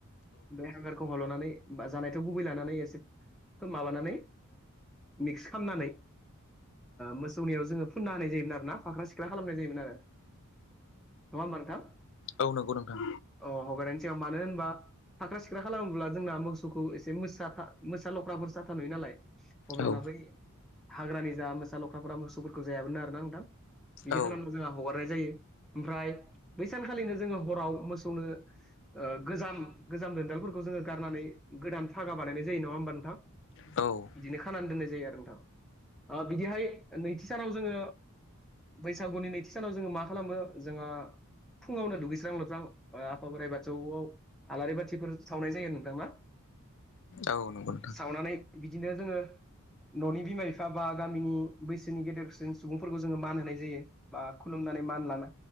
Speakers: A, in the centre; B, on the left (about 55°).
A: बे हांगारखौ हल'नानै बा जानायथाव गुबै लानानै एसे माबानानै मिक्स खालामनानै। मोसौनियाव जोङो फोनना होनाय जायोमोन आरोना फाख्रा सिख्रा खालामनाय जायोमोन आरो नङा ओमबा नोंथां?
B: औ नंगौ नोंथां।
A: अ हगारनायनि मानो होनबा फाख्रा सिख्रा खालामोब्ला जोंना मोसौखौ एसे मोसा मोसा लख्राफोर साथा नुयो नालाय? अब्लाना
B: औ
A: बै हाग्रानि जा मोसा लख्राफोरा मोसौफोरखौ जायामोन आरोना नोंथां? बिदि
B: औ
A: खालामनो जोंहा हगारनाय जायो ओमफ्राय बै सान खालिनो जोङो हराव मोसौनो गोजाम गोजाम दोनदालफोरखौ जोङो गारनानै गोदान। फागा बानायनाय जायो नङा होमबा नोंथां
B: औ
A: बिदिनो खानानै दोननाय जायो आरो नोंथां बिदिहाय नैथि सानाव जोङो बैसागुनि नैथि सानाव जोङो मा खालामो जोंहा फुङावनो दुगैस्रां लोबस्रां आफा बोराइ बाथौआव आलारि बाथिफोर सावनाय जायो नोंथां ना?
B: औ नंगौ नोंथां
A: सावनानै बिदिनो जोङो न'नि बिमा बिफा बा गामिनि बैसोनि गेदेरसिन सुबुंफोरखौ जोंङो मान होनाय जायो बा खुलुम मान लाना